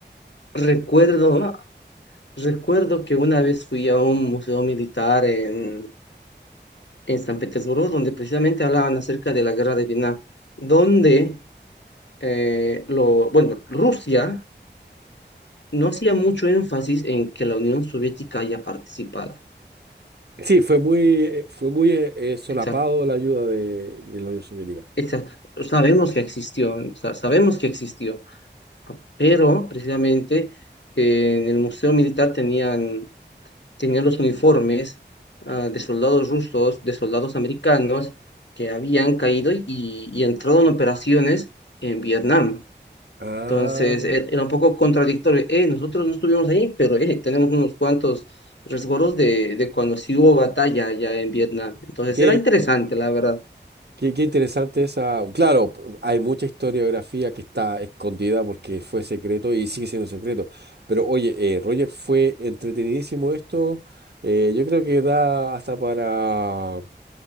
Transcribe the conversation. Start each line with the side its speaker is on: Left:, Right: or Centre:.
Left: Recuerdo, recuerdo que una vez fui a un museo militar en, en San Petersburgo, donde precisamente hablaban acerca de la guerra de Vietnam, donde eh, lo, bueno, Rusia no hacía mucho énfasis en que la Unión Soviética haya participado.
Right: Sí, fue muy, eh, fue muy eh, eh, solapado
Left: Exacto.
Right: la ayuda de, de la Unión Soviética.
Left: Exa- Sabemos que existió, sa- sabemos que existió, pero precisamente eh, en el Museo Militar tenían, tenían los uniformes ah, de soldados rusos, de soldados americanos que habían caído y, y entrado en operaciones en Vietnam.
Right: Ah,
Left: Entonces e- era un poco contradictorio. Eh, nosotros no estuvimos ahí, pero eh, tenemos unos cuantos resguardos de, de cuando sí hubo batalla allá en Vietnam. Entonces
Right: ok,
Left: era interesante, la verdad.
Right: Qué, qué interesante esa. Claro, p- hay mucha historiografía que está escondida porque fue secreto y sigue siendo secreto. Pero oye, eh, Roger, fue entretenidísimo esto. Eh, yo creo que da hasta para,